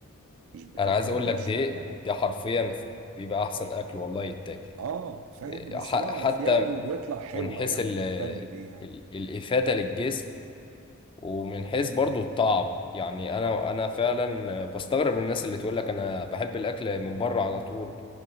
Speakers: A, on the right; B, on the left.
A: مش بكتب
B: أنا عايز أقول
A: المشروم
B: لك دي
A: يعني
B: دي حرفيا بيبقى أحسن أكل والله يتاكل
A: اه فاهم
B: إيه،
A: بس
B: ح-
A: بعرف
B: حتى
A: يعني وبيطلع حلوة
B: من حيث
A: يعني
B: ال
A: بهتم بيها
B: ال- الإفادة للجسم ومن حيث برضو الطعم يعني أنا أنا فعلا بستغرب الناس اللي تقول لك أنا بحب الأكل من بره على طول